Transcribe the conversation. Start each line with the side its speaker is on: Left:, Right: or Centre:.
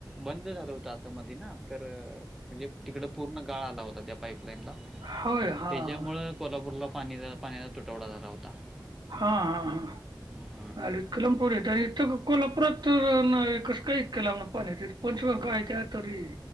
Centre: बंद झालं होतं आता मधी ना? तर म्हणजे तिकड पूर्ण गाळ आला होता त्या पाईपलाईनला. <unintelligible>
Right: होय.
Centre: तर
Right: हां.
Centre: ते ज्यामुळं कोल्हापूरला पाणी पाण्याचा तुटवडा झाला होता. <unintelligible>
Right: हा हा हा. <unintelligible>
Centre: हां
Right: आले इथक्या लांब थोड येत इथ कोल्हापुरात नाही कस काय इथक्या लांबन पाणी येतय. <unintelligible> पंचगंगा आहे त्या तरी <unintelligible>